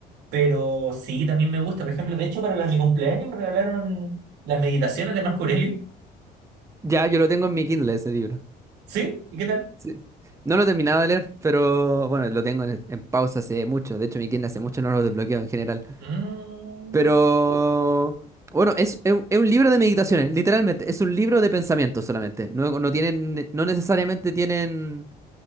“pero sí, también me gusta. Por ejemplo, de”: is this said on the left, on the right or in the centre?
Right